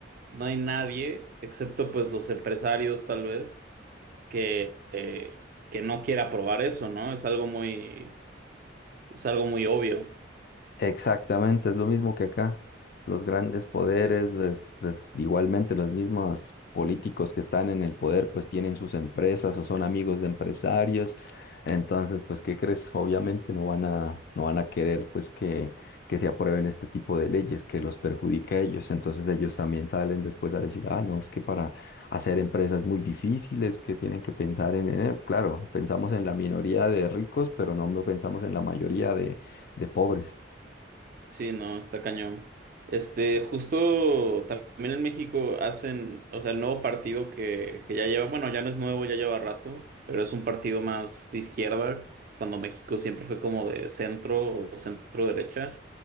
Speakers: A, on the right; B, on the left.
A: no hay nadie, excepto pues los empresarios tal vez, que, eh, que no quiera probar eso, ¿no? Es algo muy, es algo muy obvio.
B: Exactamente, es lo mismo que acá. Los grandes poderes,
A: Sí.
B: les- les- igualmente los mismos políticos que están en el poder, pues tienen sus empresas o son amigos de empresarios. Entonces, pues, ¿qué crees? Obviamente no van a, no van a querer pues que, que se aprueben este tipo de leyes que los perjudica a ellos. Entonces ellos también salen después a decir, ah, no, es que para hacer empresas muy difíciles, que tienen que pensar en, en eh, claro, pensamos en la minoría de ricos, pero no pensamos en la mayoría de de pobres.
A: Sí, no, está cañón. Este, justo también en México hacen, o sea, el nuevo partido que, que ya lleva, bueno, ya no es nuevo, ya lleva rato, pero es un partido más de izquierda, cuando México siempre fue como de centro o centro derecha.